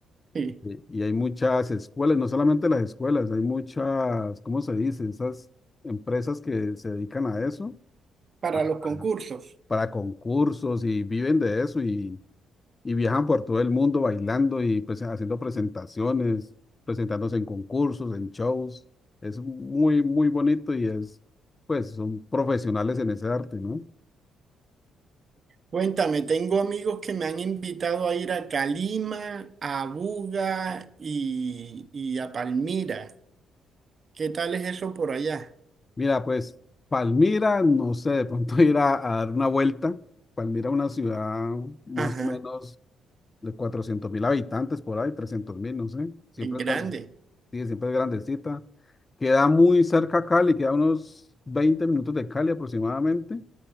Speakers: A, on the right; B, on the left.
A: sí,
B: Y y hay muchas escuelas, no solamente las escuelas, hay muchas, ¿cómo se dice? Esas empresas que se dedican a eso,
A: para
B: a-
A: los concursos.
B: para concursos y viven de eso y, y viajan por todo el mundo bailando y pues, haciendo presentaciones, presentándose en concursos, en shows. Es muy, muy bonito y es, pues, son profesionales en ese arte, ¿no?
A: Cuéntame, tengo amigos que me han invitado a ir a Calima, a Buga y, y a Palmira. ¿Qué tal es eso por allá?
B: Mira, pues Palmira, no sé, de pronto <laughs> ir a, a dar una vuelta. Palmira, es una ciudad más
A: Ajá,
B: o menos de cuatrocientos mil habitantes, por ahí, trescientos mil, no sé. Siempre
A: es grande.
B: es, grande- sí, siempre es grandecita. Queda muy cerca a Cali, queda unos 20 minutos de Cali aproximadamente,